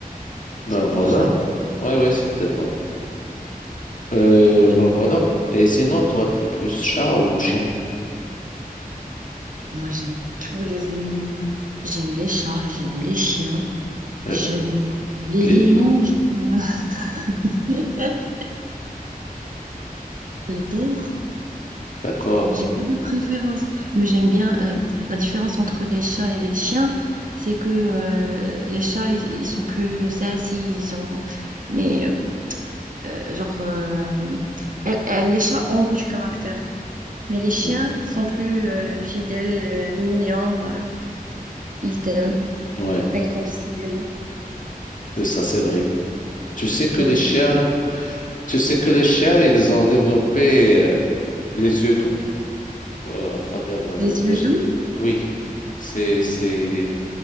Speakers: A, on the left; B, on the right.
A: Ben
B: C'est
A: voilà.
B: pour ça.
A: Oui, oui, certainement. Euh,
B: Et toi?
A: ben voilà. Et sinon, toi, t'es plus chat ou chien?
B: Moi, j'aime tous les animaux. J'aime les chats, j'aime les chiens,
A: Euh,
B: j'aime les
A: les-
B: lions. j'aime- <laughs> J'adore.
A: D'accord.
B: J'ai pas de préférence. Moi, j'aime bien euh, la différence entre les chats et les chiens, c'est que euh, les chats, ils, ils sont plus sassy, ils sont. Mais euh, euh, genre, euh, elle- elle- les chats ont du caractère, mais les chiens
A: Mm.
B: sont plus euh, fidèles, euh, mignons, euh, ils t'aiment
A: Ouais,
B: inconditionnellement.
A: mais ça c'est vrai. Tu sais que
B: Ah
A: les
B: Oui.
A: chiens, tu sais que les chiens, ils ont développé euh, les yeux d'eau euh, à travers euh,
B: Des yeux
A: les...
B: doux.
A: Oui, c'est c'est